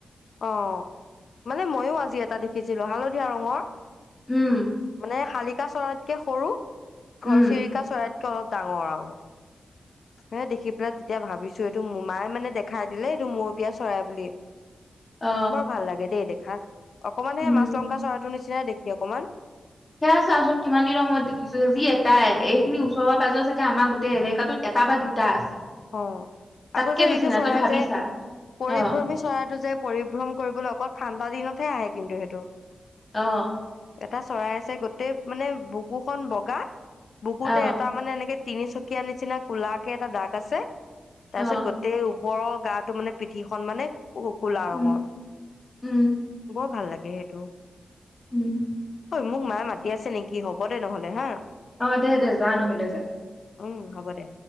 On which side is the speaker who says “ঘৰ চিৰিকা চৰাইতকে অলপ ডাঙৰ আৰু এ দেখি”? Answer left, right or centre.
Left